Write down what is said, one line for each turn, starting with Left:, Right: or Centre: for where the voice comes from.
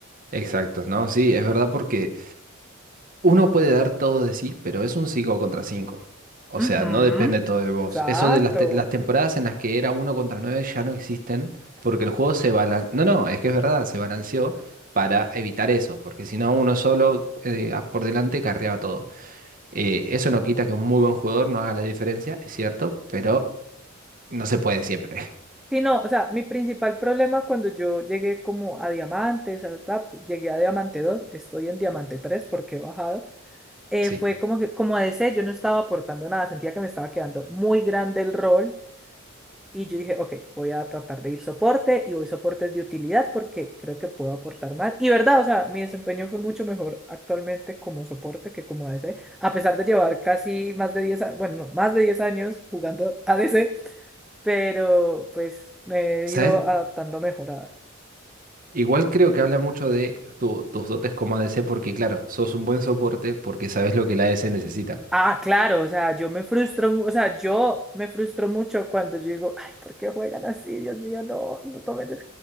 Right: Exacto, no, sí, es verdad porque Uno puede dar todo de sí, pero es un 5 contra 5. O sea,
Centre: Ujú,
Right: no depende todo de vos.
Centre: Exacto.
Right: Eso de las, te- las temporadas en las que era uno contra 9 ya no existen porque el juego se balanceó. No, no, es que es verdad, se balanceó para evitar eso, porque si no, uno solo eh, a- por delante carreaba todo. Eh, eso no quita que un muy buen jugador no haga la diferencia, es cierto, pero no se puede siempre. <laughs>
Centre: Sí, no, o sea, mi principal problema cuando yo llegué como a diamantes, al TAP, llegué a diamante 2, estoy en diamante 3 porque he bajado, eh,
Right: Sí.
Centre: fue como que, como ADC, yo no estaba aportando nada, sentía que me estaba quedando muy grande el rol y yo dije, ok, voy a tratar de ir soporte y voy soportes de utilidad porque creo que puedo aportar más. Y verdad, o sea, mi desempeño fue mucho mejor actualmente como soporte que como ADC, a pesar de llevar casi más de 10, a- bueno, no, más de 10 años jugando ADC pero pues me
Right: ¿Sabes?
Centre: he ido adaptando mejor a...
Right: Igual creo que habla mucho de tu- tus dotes como ADC porque, claro, sos un buen soporte porque sabes lo que la ADC necesita.
Centre: Ah, claro, o sea, yo me frustro, mu- o sea, yo me frustro mucho cuando yo digo, ay, ¿por qué juegan así? Dios mío, no, no tomen... de-".